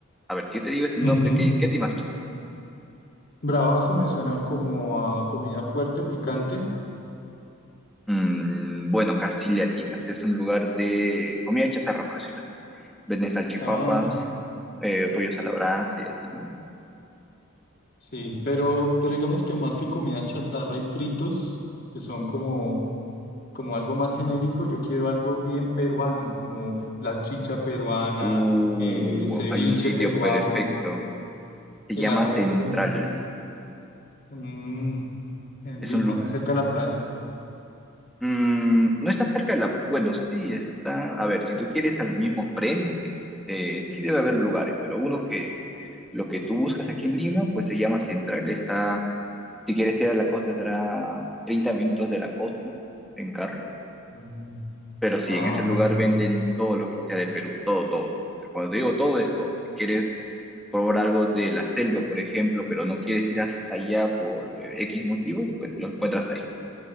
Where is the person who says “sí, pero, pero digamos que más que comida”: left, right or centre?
Left